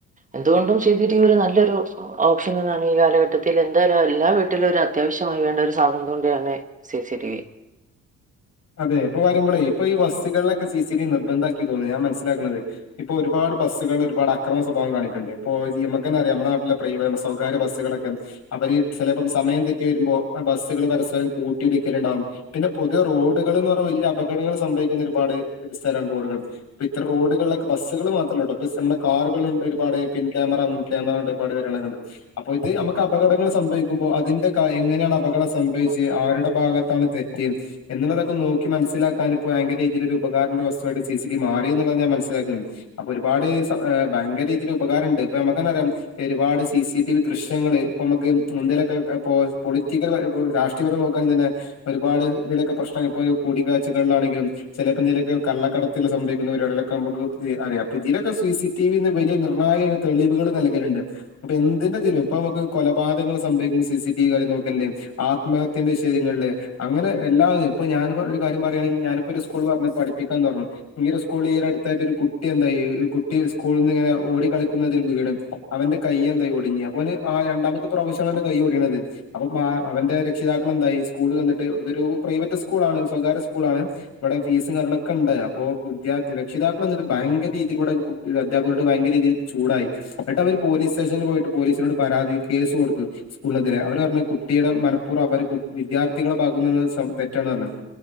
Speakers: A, on the right (about 25°); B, on the left (about 60°).
A: എന്തുകൊണ്ടും സി സി ടി വി ഒരു നല്ലൊരു ഓ ഓപ്ഷനലാണ് ഈ കാലഘട്ടത്തി എന്തായാലും എല്ലാ വീട്ടിലൊരു അ ത്യാവശ്യമായി വേണ്ട ഒരു സാധനം <unintelligible> സി സി ടി വി
B: അതെ ഇപ്പള് പറിയ്മ്പളേ ഇപ്പ ഈ ബസ്കള്ലൊക്കെ സി സി ടി വി നിർബന്ധാക്കി തോന്ന്ന്ന് ഞാൻ മന്സ്സിലാക്ക്ണത് ഇപ്പൊ ഒരുപാട് ബസ്സുകള്ല് ഒരുപാട് അക്രമ സ്വഭാവം കാണിക്ക്ണ്ട് ഇപ്പോ <unintelligible> ഞമ്മക്കന്നെറിയാം നമ്മളെ നട്ടിലെ പ്രൈ ബസ്സോ വേറെ ബസ്സ്കളൊക്കെ അവര് ചെലപ്പോം സമയം തെറ്റി വരുമ്പോൾ ബസ്സുകള് പരസ്പരം കൂട്ടി ഇടിക്കല്ണ്ടാവും പിന്നെ പൊതുവേ റോഡുകള്ന്നറഞ്ഞാ വല്ല്യ അപകടങ്ങൾ സംഭവിക്കുന്ന ഒരുപാട് സ്ഥലം റോഡുകൾ അപ്പ ഇത്തരം റോഡുകള്ലൊക്കെ ബസ്സുകള് മാത്രല്ലട്ടോ ബസ്സ് അമ്മടെ കാർകള്ല്ണ്ട് ഒരുപാട് പിൻ ക്യാമറ മുൻ ക്യാമറ ഒരുപാട് വെര്ണക്കണ്ട് അപ്പോ ഇത് അമ്മക്ക് അപകടങ്ങള് സംഭവിക്കുമ്പോ അതിന്റെ കാ എങ്ങനെയാണ് അപകടം സംഭവിച്ചെ
A: വി
B: ആരുടെ ഭാഗത്താണ് തെറ്റ് എന്നുള്ളതൊ ക്കെ നോക്കി മന്സ്സിലാക്കാന് ഇപ്പോ ഭയങ്കര രീതിയിലൊരു ഉപകാര്ണ വസ്തുവായിട്ട് സി സി ടി വി മാറിന്നുള്ളത് ഞാൻ മന്സിലാക്കി അപ്പൊ ഒരുപാട് സ ഏഹ് ഭയങ്കര രീതീല് ഉപകാരണ്ട് ഇപ്പ ഞമ്മക്കന്നെറിയാ എരുപാട് സി സി ടി വി ദൃശ്യങ്ങള് ഇപ്പൊ അമ്മക്ക് ഉം ഇന്ത്യയിലൊക്കെ ഏഹ് പോ പൊളിറ്റിക്കല് പര ഇപ്പം രാഷ് റ്റുവരവ് നോക്കാന് തന്നെ ഒരുപാട് ഇതിലൊക്കെ പ്രശ്നങ്ങൾ ഇപ്പ അഹ് കൂടികാഴ്ചകളിലാണെങ്കിലും ചെലേപ്പം എന്തെങ്കിലൊക്കെ കള്ളകടത്ത്ല്ലെ സംഭവിക്ക്ന്ന പരിവാടിളൊക്കെ അമ്മക്ക് ഏഹ് അറിയാ അപ്പ ഇതിനൊക്കെ സി സി ടി വിന്ന് വലിയ നിർണായക തെളിവുകള് നല്കല്ണ്ട് അപ്പ എന്തിന്റെതിലും ഇപ്പൊ അമ്മക്ക് കൊലപാതകങ്ങള് സംഭവിക്കുമ്പോ സി സ ടി വി കാര്യം നോക്കല്ണ്ട് ആത്മഹത്യന്റെ വിഷേയങ്ങള്ല് അങ്ങനെ എല്ലാതിന് ഇപ്പ ഞാന്പ്പം ഒരു കാര്യം പറയാണെങ്കി ഞാനിപ്പോ ഒരു സ്കൂള് പർഞ്ഞ് പഠിപ്പിക്കാൻ തൊടർ ഈ ഒരു സ്കൂൾ ഈ അടുത്തായിട്ടൊരു കുട്ടി എന്തായി ഈ കുട്ടി സ്കൂളിന്നിങ്ങനെ ഓടി കളിക്കുന്നതിനിടെ വീണ് അവന്റെ കയ്യെന്തായി ഒടിഞ്ഞ് അപ്പൊ അവന് ആ രണ്ടാമത്തെ പ്രാവശ്യാണ് അവന്റെ കൈ ഓടിയണത് അപ്പൊ മാ അവന്റെ രക്ഷിതാക്കളെന്തായി സ്കൂളിൽ വന്നിട്ട് ഇതൊരു പ്രൈവറ്റ് സ്കൂളാണ് സ്വകാര്യ സ്കൂളാണ് ഇവിടെ ഫീസും കാര്യങ്ങളൊക്കെണ്ട് അപ്പോ വിദ്യർത്ഥി രക്ഷിതാക്കൾ വന്നിട്ട് ഭയങ്കരീതിയിൽ പോയിട്ട് കു അധ്യാപകരോട് ഭയങ്കര രീതിയിൽ ചൂടായി അന്ട്ടവര് പോലീസ്റ്റേഷനിൽ പോയിട്ട് പോലീസിനോട് പരാതി കേസ് കൊടുത്ത് സ്കൂളിനെതിരെ അവര് പറഞ്ഞ് കുട്ടിയുടെ മനഃപ്പൂർവ അവര് വിദ്യാർത്ഥികളെ ഭാഗുത്തു നിന്നുള്ള തെറ്റാന്ന് പറഞ്ഞു